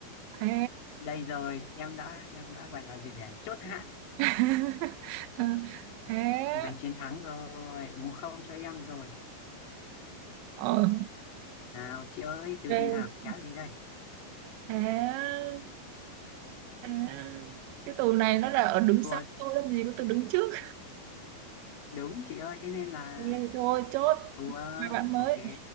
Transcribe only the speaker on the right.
thế
<laughs> thế
ờ
thế
Thế. À, cái tù này nó là ở đứng
sau tôi làm gì có tôi đứng trước
nghe thôi chốt
hai bạn mới